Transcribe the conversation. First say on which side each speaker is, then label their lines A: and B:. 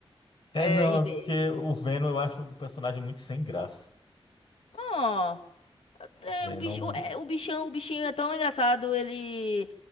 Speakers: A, on the left; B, on the left.
A: É,
B: É,
A: não,
B: em
A: é porque
B: vez-
A: o Venom eu acho um personagem muito sem graça.
B: Ó, é,
A: Venom
B: o bicho, o- é, o bichão, o bichinho é tão engraçado, ele